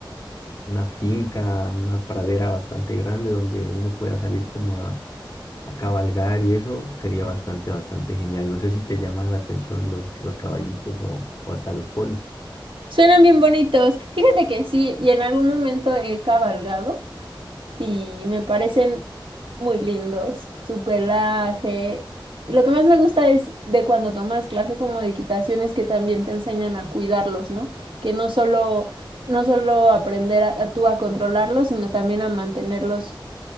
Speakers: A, on the left (about 35°); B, on the right (about 75°).
A: una finca, una pradera bastante grande donde uno pueda salir como a, a cabalgar y eso sería bastante, bastante genial. No sé si te llaman la atención los, los caballitos o, o hasta los ponis.
B: Suenan bien bonitos. Fíjate que sí, y en algún momento he cabalgado y me parecen muy lindos. Su pelaje. Y lo que más me gusta es de cuando tomas clase como de equitación es que también te enseñan a cuidarlos, ¿no? Que no solo, no solo aprender a, a tú a controlarlos, sino también a mantenerlos